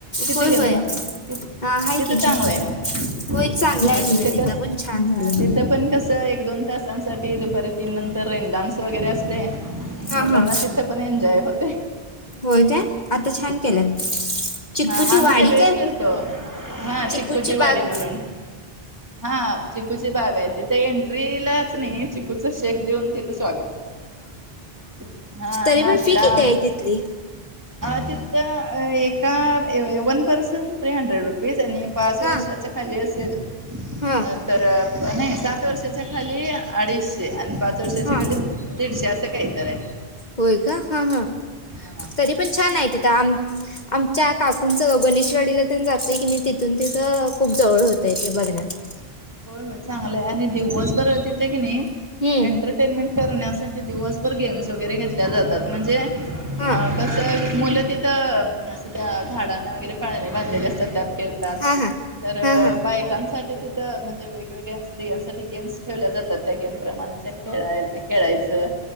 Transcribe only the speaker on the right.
तिथं
गेलतो
आम्ही ति
तिथं
चांगलं आहे मग
हा
मग
तिथं कस
हा तिथं
पण कस एक दोन तास. ठी दुपारी तीन नंतर रि डान्स वगैरे असते
मला
ना तिथे पण एन्जॉय होत. का?
हा आम्ही
सगळेच
गेलतो हा
चिकूची वाडी
म्हणून हा चिकूची बाग आहे तिथे एंट्रीलाच नाही. चिकूचं शेक देऊन तिथं स्वागत हा
नाश्ता
त एका one person three hundred rupees आणि पाच
वर्षाच खाली असेल
अ तर प नाही सात वर्षाच्या खाली अडीचशे आणि पाच वर्षाच्या
खाली दीडशे अस असं कायत आहे.
हां
होय होय चांगलंय आणि दिववस तिथे की नाही
एंटरटेनमेंट करण्यासाठी दिवसभर गेम्स वगैरे घेतल्या जातात म्हणजे अ
कस मुलं तिथं असं त्या झाडांना वगैरे फळने बांधलेले असतात त्यात खेळतात
तर
बायकांसाठी तिथं. त म्हणजे वेगवेगळ्या स्त्रियांसाठी गेम्स ठेवल्या जातात त्या गेमपमा त्या खेळाय खेळायचं.